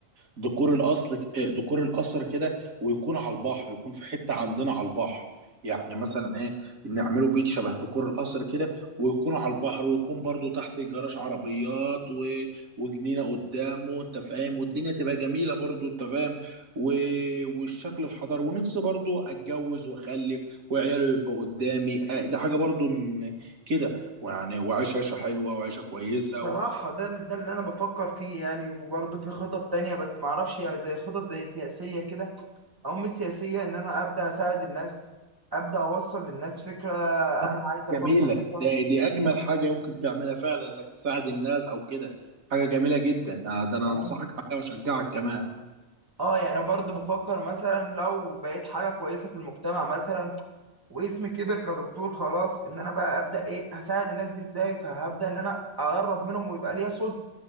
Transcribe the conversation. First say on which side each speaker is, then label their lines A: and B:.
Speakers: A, on the right; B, on the right.
A: ديكور الاصل ديكور القصر كده ويكون على البحر يكون في حتة عندنا على البحر يعني مثلا ايه نعمله بيت شبه ديكور القصر كده ويكون على البحر ويكون برضو تحت جراج عربيات و... وجنينة قدامه انت فاهم والدنيا تبقى جميلة برضو انت فاهم و... والشكل الحضاري ونفسي برضو اتجوز واخلف وعياله يبقى قدامي آه، ده حاجة برضو من كده ويعني وعيش عيشه حلوه وعيشه كويسه
B: صراحة
A: و...
B: ده ال- ده اللي أنا بفكر فيه يعني وبرضه في خطط تانية بس معرفش يعني زي خطط زي سياسية كده أو مش سياسية إن أنا أبدأ أساعد الناس أبدأ أوصل للناس فكرة
A: آه،
B: أنا عايز أفكر
A: جميله
B: فيها
A: ده دي اجمل حاجه يمكن تعملها فعلا انك تساعد الناس او كده حاجه جميله جدا آه، ده انا
B: تمام؟
A: انصحك عليها واشجعك كمان
B: اه يعني برضه بفكر مثلا لو بقيت حاجه كويسه في المجتمع مثلا واسمي كبر كدكتور خلاص ان انا بقى ابدا ايه هساعد الناس دي ازاي فهبدا ان انا اقرب منهم ويبقى ليا سلطه